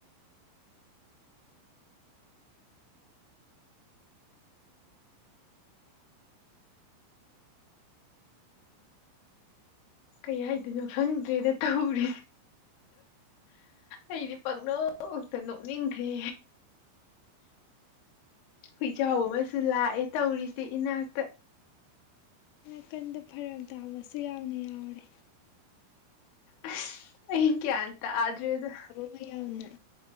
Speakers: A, on the left (about 70°); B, on the left (about 85°).
A: ꯀꯩ ꯍꯥꯏꯗꯅꯣ ꯈꯪꯗ꯭ꯔꯦꯗ ꯇꯧꯔꯤꯁꯦ ꯑꯩꯗꯤ ꯄꯛꯅꯧꯃꯛꯇ ꯅꯣꯛꯅꯤꯡꯈ꯭ꯔꯦ ꯍꯨꯏꯖꯥꯎ ꯑꯃꯁꯨ ꯂꯥꯛꯑꯦ ꯇꯧꯔꯤꯁꯦ ꯏꯅꯥꯛꯇ
B: ꯅꯥꯀꯟꯗ ꯐꯔꯛ ꯇꯥꯕꯁꯨ ꯌꯥꯝꯅ ꯌꯥꯎꯔꯦ
A: ꯑꯁ ꯍꯀꯦꯌꯥꯇ ꯑꯗꯨꯗ꯭ꯔꯦ ꯑꯗꯨ
B: ꯍꯣꯏ ꯌꯥꯎꯅ